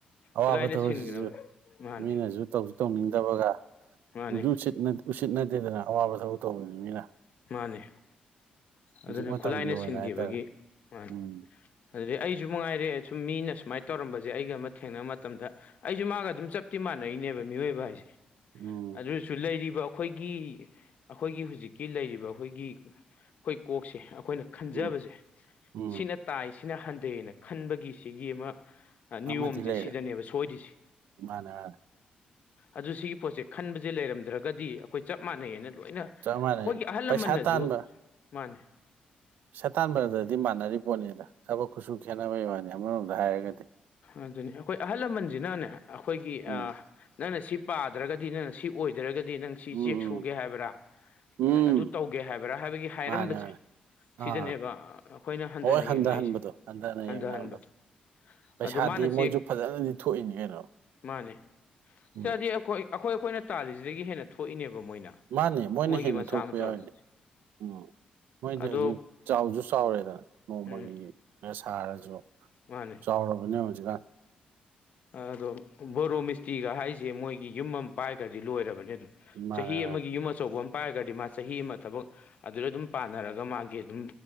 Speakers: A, on the right; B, on the left.
A: ꯑꯋꯥꯕ
B: ꯈꯨꯠꯂꯥꯏꯅ
A: ꯊꯕꯛꯁꯤꯁꯨ
B: ꯁꯤꯟꯈ꯭ꯔꯕꯅꯤ ꯃꯥꯅꯦ
A: ꯃꯤꯅꯖꯨ ꯇꯧꯖꯨ ꯇꯧꯅꯤꯡꯗꯕꯒ
B: ꯃꯥꯅꯦ
A: ꯎꯖꯨ ꯎꯁꯤꯠꯏ ꯎꯁꯤꯠꯅꯗꯦꯗꯅ ꯑꯋꯥꯕ ꯊꯕꯛ ꯇꯧꯕꯖꯦ ꯃꯤꯅ
B: ꯃꯥꯅꯦ
A: ꯍꯧꯖꯤꯛ
B: ꯑꯗꯨꯅꯦ
A: ꯃꯇꯝꯒꯤ
B: ꯈꯨꯠꯂꯥꯏꯅ
A: ꯑꯣꯏꯅ
B: ꯁꯤꯟꯒꯤꯕꯒꯤ
A: ꯍꯥꯏꯇꯥꯔꯦ
B: ꯃꯥꯅꯦ
A: ꯎꯝ
B: ꯑꯗꯨꯗꯩꯩ ꯑꯩꯖꯨ ꯃꯉꯥꯏꯔꯦ ꯁꯨꯝ ꯃꯤꯅ ꯁꯨꯃꯥꯏ ꯇꯧꯔꯝꯕꯖꯦ ꯑꯩꯒ ꯑꯃꯥ ꯊꯦꯡꯅꯕ ꯃꯇꯝꯗ ꯑꯩꯖꯨ ꯃꯥꯒ ꯑꯗꯨꯝ ꯆꯞꯇꯤ ꯃꯥꯅꯩꯅꯦꯕ ꯃꯤꯑꯣꯏꯕ ꯍꯥꯏꯖꯦ
A: ꯎꯝ
B: ꯑꯗꯣꯏꯁꯨ ꯂꯩꯔꯤꯕ ꯑꯈꯣꯏꯒꯤ ꯑꯈꯣꯏꯒꯤ ꯍꯧꯖꯤꯛ ꯀꯤ ꯂꯩꯔꯤꯕ ꯑꯈꯣꯏꯒꯤ ꯑꯥꯈꯣꯏ ꯀꯣꯛꯁꯦ ꯑꯥꯈꯣꯏꯅ ꯈꯟꯖꯕꯁꯦ
A: ꯎꯝ ꯎꯝ
B: ꯁꯤꯅꯠ ꯇꯥꯏ ꯁꯤꯅ ꯍꯟꯗꯩꯅ ꯈꯟꯕꯒꯤ ꯁꯤꯒꯤ ꯑꯃ ꯑ ꯅꯤꯌꯣꯝꯁꯦ
A: ꯑꯃꯗꯤ ꯂꯩꯔꯦ
B: ꯁꯤꯗꯅꯦꯕ ꯁꯣꯏꯔꯤꯁꯦ꯫
A: ꯃꯥꯅꯦ ꯃꯥꯅꯦ
B: ꯑꯗꯨ ꯁꯤꯒꯤ ꯄꯣꯠꯁꯦ ꯈꯟꯕꯖꯦ ꯂꯩꯔꯝꯗ꯭ꯔꯒꯗꯤ ꯑꯈꯣꯏ ꯆꯞ ꯃꯥꯅꯩꯅ ꯂꯣꯏꯅ
A: ꯆꯞ ꯃꯥꯟꯅꯩ
B: ꯑꯈꯣꯏꯒꯤ ꯑꯍꯜ ꯂꯥꯃꯟꯅꯖꯨ
A: ꯄꯩꯁꯥ ꯇꯥꯟꯕ
B: ꯃꯥꯅꯦ꯫
A: ꯄꯩꯁꯥ ꯇꯥꯟꯕꯗꯗꯤ ꯃꯥꯟꯅꯔꯤ ꯄꯣꯠꯅꯤꯗ ꯊꯕꯛ ꯈꯨꯁꯨ ꯈꯦꯠꯅꯕꯩ ꯋꯥꯅꯤ ꯑꯃꯥꯔꯣꯝꯗ ꯍꯥꯏꯔꯒꯗꯤ꯫
B: ꯑꯗꯨꯅꯦ ꯑꯈꯣꯏ ꯑꯍꯜ ꯂꯥꯃꯟꯖꯤꯅꯅꯦ ꯑꯥꯈꯣꯏꯒꯤ
A: ꯎꯝ
B: ꯑꯥ ꯅꯪꯅ ꯁꯤ ꯄꯥꯗ꯭ꯔꯒꯗꯤ ꯅꯪꯅ ꯁꯤ ꯑꯣꯏꯗ꯭ꯔꯒꯗꯤ ꯅꯪ ꯁꯤ
A: ꯎꯝ
B: ꯆꯦꯛ ꯁꯨꯒꯦ
A: ꯎꯝ
B: ꯍꯥꯏꯕꯔꯥ
A: ꯎꯝ
B: ꯅꯪ ꯑꯗꯨ ꯇꯧꯒꯦ ꯍꯥꯏꯕꯔꯥ ꯍꯥꯏꯕꯒꯤ ꯍꯥꯏꯔꯝꯕꯖꯦ꯫
A: ꯃꯥꯅꯦ ꯃꯥꯅꯦ ꯑꯥ
B: ꯁꯤꯗꯅꯦꯕ ꯑꯈꯣꯏꯅ ꯍꯟꯗꯅ
A: ꯍꯣꯏ ꯍꯟꯊꯍꯟꯕꯗꯣ
B: ꯌꯦꯡꯅꯩꯁꯦ
A: ꯍꯟꯊꯅ
B: ꯍꯟꯗꯍꯟꯕꯗꯣ꯫
A: ꯌꯦꯡꯅꯕꯗꯣ ꯄꯩꯁꯥꯗꯤ
B: ꯑꯗꯨ ꯃꯥꯅ ꯆꯦꯛ
A: ꯃꯣꯏꯁꯨ ꯐꯖꯅꯗꯤ ꯊꯣꯛꯏꯅꯤ ꯀꯩꯅꯣ
B: ꯃꯥꯅꯦ
A: ꯎꯝ
B: ꯆꯗꯤ ꯑꯥꯈꯣꯏ ꯑꯈꯣꯏ ꯑꯈꯣꯏꯅ ꯇꯥꯜꯂꯤꯖꯤꯗꯒꯤ ꯍꯦꯟꯅ ꯊꯣꯛꯏꯅꯦꯕ ꯃꯣꯏꯅ꯫
A: ꯃꯥꯅꯦ ꯃꯣꯏꯅ
B: ꯃꯣꯏꯒꯤ
A: ꯍꯦꯟꯅ
B: ꯃꯆꯥ
A: ꯊꯣꯛꯄ
B: ꯑꯃ ꯇꯧꯔꯒ
A: ꯌꯥꯎꯔꯤꯅꯦ ꯎꯝ ꯃꯣꯏꯗꯤ
B: ꯑꯗꯣ
A: ꯍꯧꯖꯤꯛ ꯆꯥꯎꯖꯨ ꯆꯥꯎꯔꯦꯗꯅ ꯅꯣꯡꯃꯒꯤ
B: ꯎꯝ
A: ꯁꯥꯔꯖꯨ
B: ꯃꯥꯅꯦ
A: ꯆꯥꯎꯔꯕꯅꯦ ꯍꯧꯖꯤꯛꯀꯥꯟ꯫
B: ꯑꯗꯣ ꯕꯣꯔꯣ ꯃꯤꯁꯇꯤꯒ ꯍꯥꯏꯖꯦ ꯃꯣꯏꯒꯤ ꯌꯨꯝ ꯑꯃꯥꯒ ꯄꯥꯏꯒꯔꯗꯤ ꯂꯣꯏꯔꯕꯅꯦ ꯑꯗꯨꯝ꯫
A: ꯃꯥꯅꯦ
B: ꯆꯍꯤ
A: ꯃꯥꯅꯦ
B: ꯑꯃꯥꯒꯤ ꯌꯨꯝ ꯑꯆꯧꯕ ꯑꯝ ꯄꯥꯏꯒ꯭ꯔꯗꯤ ꯃꯥ ꯆꯍꯤ ꯑꯃꯥ ꯊꯕꯛ ꯑꯗꯨꯗ ꯑꯗꯨꯝ ꯄꯥꯟꯅꯔꯒ ꯃꯥꯒꯤ ꯑꯗꯨꯝ